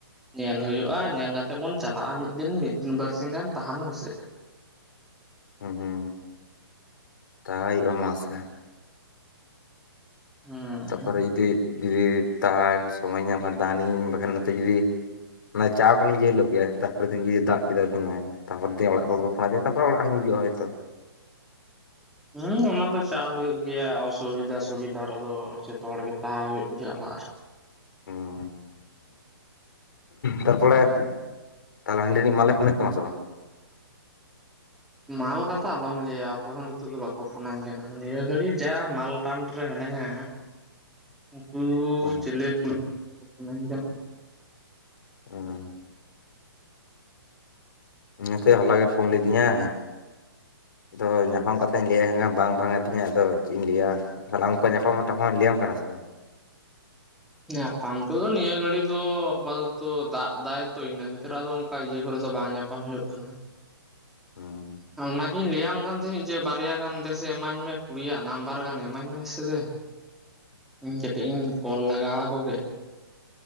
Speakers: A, in the centre; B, on the left.
A: ᱧᱮᱞ ᱦᱳᱭᱳᱜ-ᱟ ᱧᱮᱞ ᱠᱟᱛᱮᱜ ᱵᱚᱱ ᱪᱟᱞᱟᱜ-ᱟ ᱢᱤᱫ ᱫᱤᱱ ᱢᱤᱫ ᱫᱤᱱ ᱵᱟᱨᱥᱤ ᱜᱟᱱ ᱛᱟᱦᱮᱱ ᱢᱮᱥᱮ
B: ᱦᱩ-ᱦᱩᱻ ᱛᱟᱭ ᱦᱳᱭᱳᱜ-ᱟ ᱢᱟᱥᱮ
A: ᱦᱩᱸ
B: ᱛᱟᱯᱚᱨᱮ ᱡᱩᱫᱤ ᱡᱩᱫᱤ ᱛᱟᱱ ᱥᱳᱢᱳᱭ ᱤᱧ ᱧᱟᱢ ᱠᱷᱟᱱ ᱫᱟᱱ ᱤᱧ ᱵᱟᱠᱷᱟᱱ ᱱᱚ ᱛᱮ ᱡᱩᱫᱤ ᱚᱱᱟ ᱪᱟ ᱠᱟᱱ ᱤᱧ ᱡᱮ ᱦᱤᱞᱳᱜ ᱜᱮ ᱛᱟᱯᱚᱨᱮ ᱫᱤᱱ ᱫᱟᱜ ᱠᱮᱫᱟᱭ ᱫᱚᱢᱮ ᱛᱟᱯᱚᱨ ᱫᱤᱭᱟᱹ ᱚᱲᱟᱜ ᱠᱚ ᱯᱷᱳᱱ ᱟᱫᱤᱧᱟ ᱛᱟᱯᱚᱨ ᱚᱲᱟᱜ ᱤᱧ ᱦᱤᱡᱩᱜ-ᱟ ᱦᱚᱭ ᱛᱚ
A: ᱦᱩᱸ ᱚᱱᱟ ᱫᱚ ᱪᱟ ᱦᱩᱭᱩᱜ ᱜᱮᱭᱟ ᱚᱥᱩᱵᱤᱫᱟ ᱥᱩᱵᱤᱫᱟ ᱨᱮᱫᱚ ᱡᱚᱛᱚ ᱦᱚᱲ ᱜᱮ <unintelligible> ᱜᱮᱭᱟ ᱚᱲᱟᱜ ᱨᱮ
B: ᱦᱩᱻ ᱛᱟᱨᱯᱟᱨᱮ ᱛᱟᱦᱞᱮ ᱦᱟᱸᱰᱮ ᱱᱤᱡ ᱢᱟᱞᱞᱮ ᱯᱷᱳᱱ ᱮᱫ‌ ᱛᱟᱢᱟ ᱥᱮ ᱵᱟᱝ
A: ᱢᱟᱞ ᱠᱟᱛᱷᱟ ᱟᱞᱚᱢ ᱞᱟᱹᱭ-ᱟ ᱚᱠᱚᱭ ᱦᱚ ᱱᱤᱛᱚᱜ ᱫᱚ ᱵᱟᱠᱚ ᱯᱷᱳᱱᱟᱹᱧ ᱠᱟᱱᱟ ᱱᱤᱭᱟᱹ ᱜᱷᱟᱹᱲᱤᱡ ᱡᱟ ᱢᱟᱞ ᱴᱟᱱ ᱨᱮ ᱢᱮᱱᱤᱧᱟ
B: <inaudible>
A: ᱩᱱᱠᱩ
B: ᱦᱩᱸ
A: ᱪᱮᱞᱮ ᱠᱩᱲᱤ ᱦᱚᱸ ᱵᱟᱠᱚ ᱯᱷᱳᱱ ᱤᱧ ᱠᱟᱱᱟ
B: <unintelligible> ᱤᱧ ᱦᱚᱸᱛᱚᱭᱟ ᱦᱚᱞᱟᱜᱮ ᱯᱷᱳᱱ ᱞᱤᱫᱤᱧᱟᱭ ᱟᱫᱚ ᱧᱟᱯᱟᱢ ᱠᱟᱛᱷᱟᱧ ᱞᱟᱹᱭ ᱟᱭ ᱠᱷᱟᱱ ᱵᱟᱝ ᱵᱟᱝ ᱟᱫᱤᱧᱟᱭ ᱟᱫᱚ ᱪᱮᱫ ᱤᱧ ᱞᱟᱹᱭ-ᱟ᱾ ᱛᱟᱦᱞᱮ ᱟᱢ ᱠᱚ ᱧᱟᱯᱟᱢ ᱛᱟᱯᱟᱢ ᱞᱟᱹᱭ ᱟᱢ ᱠᱟᱱᱟ ᱥᱮ ᱵᱟᱝ
A: ᱧᱟᱸᱯᱟᱢ ᱠᱚ ᱫᱚ ᱱᱤᱭᱟᱹ ᱜᱷᱟᱹᱲᱤ ᱫᱚ ᱟᱯᱟᱛᱛᱚ ᱫᱟᱜ ᱫᱟᱭ ᱛᱚ ᱤᱱᱟᱹ ᱠᱷᱟᱹᱛᱤᱨ ᱟᱫᱚ ᱚᱝᱠᱟ ᱤᱭᱟᱹ ᱠᱚᱨᱮ ᱫᱚ ᱵᱟᱝ ᱧᱟᱯ ᱵᱟᱝ ᱦᱳᱭᱳᱜ ᱠᱟᱱᱟ
B: ᱦᱩᱸ
A: ᱚᱱᱟ ᱜᱤᱧ ᱞᱟᱹᱭ ᱟᱢ ᱠᱟᱱ ᱛᱟᱦᱮᱸᱫ ᱡᱮ ᱵᱟᱨᱭᱟ ᱜᱟᱱ ᱫᱮᱥᱮ ᱮᱢᱟᱹᱧ ᱢᱮ ᱠᱩᱲᱤᱭ-ᱟᱜ ᱱᱟᱢᱵᱟᱨ ᱜᱟᱱ ᱤᱢᱟᱹᱧ ᱢᱮ ᱥᱮ ᱫᱮ
B: <inaudible>
A: ᱤᱧ ᱠᱟᱹᱴᱤᱡ ᱤᱧ ᱠᱚᱞ ᱞᱟᱜᱟ ᱟᱠᱚ ᱜᱮ